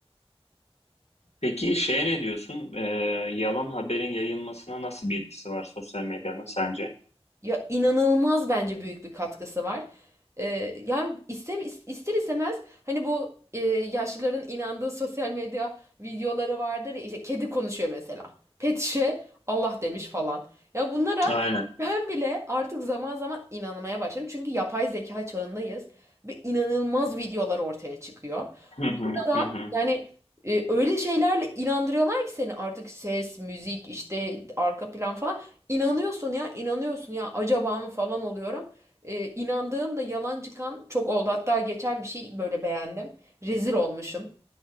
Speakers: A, on the left; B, on the right.
A: Peki şeye ne diyorsun? E, yalan haberin yayılmasına nasıl bir etkisi var sosyal medyanın sence?
B: Ya inanılmaz bence büyük bir katkısı var. Ee, yani iste, ister istemez hani bu e, yaşlıların inandığı sosyal medya videoları vardır ya, işte kedi konuşuyor mesela. Pet şişe Allah demiş falan. Ya bunlara
A: Aynen.
B: ben bile artık zaman zaman inanmaya başladım. Çünkü yapay zeka çağındayız ve inanılmaz videolar ortaya çıkıyor.
A: Hı
B: Burada
A: hı,
B: da
A: hı hı,
B: yani e, öyle şeylerle inandırıyorlar ki seni artık ses, müzik, işte arka plan falan. İnanıyorsun ya, inanıyorsun ya acaba mı falan oluyorum. Ee, inandığım da yalan çıkan çok oldu. Hatta geçen bir şey böyle beğendim. Rezil olmuşum